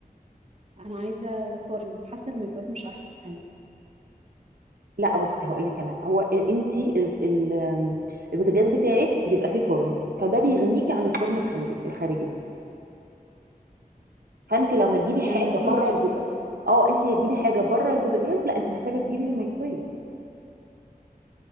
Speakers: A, on the right; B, on the right.
A: انا عايزه فرن حاسه الميكرويف مش احسن حاجه
B: لا بصي هقول لك انا هو انت ال- ال- آم، البوتاجاز بتاعك بيبقى فيه فرن فده بيغنيكي عن الفرن الخليجي الخارجي فانت لو هتجيبي
A: يعني
B: حاجه
A: الميكرويف
B: بره
A: احسن
B: البوت-
A: بقى
B: اه انت هتجيبي حاجه بره البوتاجاز لا انت محتاجه تجيبي مايكرويف